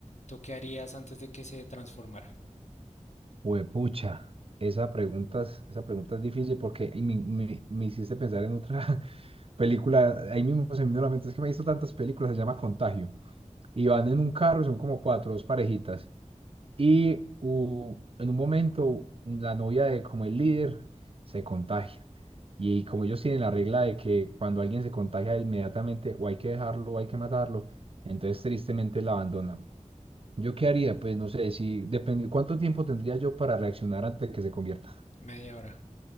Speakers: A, on the left; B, on the right.
A: ¿tú qué harías antes de que se transformara?
B: Huepucha, esa pregunta es, esa pregunta es difícil porque y me, me- me hiciste pensar en otra <laughs> película. Ahí mismo se me vino a la mente, es que me he visto tantas películas, se llama Contagio. Y van en un carro, son como cuatro, dos parejitas. Y u- en un momento, la novia de como el líder se contagia. Y, como ellos tienen la regla de que cuando alguien se contagia inmediatamente, o hay que dejarlo, o hay que matarlo, entonces tristemente la abandona. ¿Yo qué haría? Pues no sé, si depende, ¿cuánto tiempo tendría yo para reaccionar antes de que se convierta?
A: Media hora.